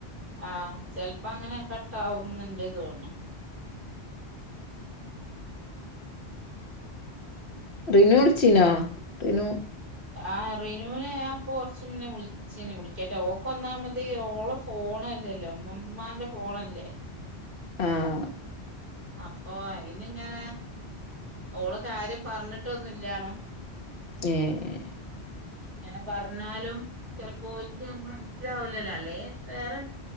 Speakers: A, on the right; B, on the left.
A: ആ ചെൽപ്പങ്ങനെ കട്ടാവുന്നുണ്ട് തോന്ന്ണ്
B: റിനു വിളിച്ചീനോ റിനു
A: ആഹ് റിനുനെ ഞാപ്പ കൊറച്ച് മുന്നെ വിളി ച്ചീനി വിളിക്കട്ടെ ഓക്ക് ഒന്നാമത് ഓള ഫോണല്ലല്ലോ ഇമ്മമാന്റെ ഫോണല്ലേ
B: ആഹ്
A: അപ്പൊ അയ്ന്ഇങ്ങനെ ഓള കാര്യം പറഞ്ട്ടൊന്നുല്ല്യണു
B: ഏഹ്
A: ഇങ്ങന പർഞ്ഞാലും ചെല്‌പ്പോ ഓൽക്ക് ഞമ്മളെ മൻസ്സിലാവൂലല്ലോ അല്ലെങ്കി വേറെ